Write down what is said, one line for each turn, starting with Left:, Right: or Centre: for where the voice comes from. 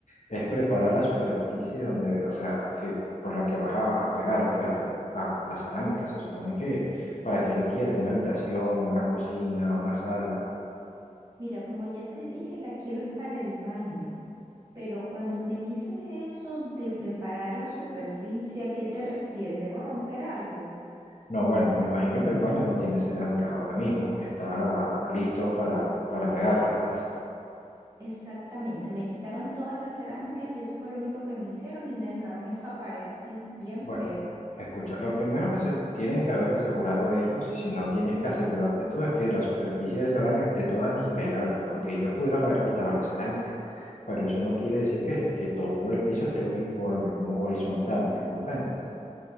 Left: es preparar la superficie donde, o sea, que por la que vas a, a pegar, pues la, la- la cerámica. Se supone que para qué la quieres, una habitación, una cocina, una sala.
Right: Mira, como ya te dije, la quiero es para el baño, pero cuando me dices eso de preparar la superficie, ¿a qué te refieres? ¿Debo romper algo?
Left: No, bueno, me imagino que el baño no tiene cerámicas ahora mismo, que está listo para, para pegarlas, pues.
Right: Exactamente, me quitaron todas las cerámicas y eso fue lo único que me hicieron y me dejaron esa pared así, bien
Left: Bueno,
Right: fea.
Left: escucha, lo primero que se tienen que haber asegurado ellos, y si no tienes que asegurarte tú, es que la superficie de ese baño esté toda nivelada, porque ellos pudieron haber quitado la cerámica, pero eso no quiere decir que, que todo el piso esté uniforme, como horizontal, ¿me comprendes?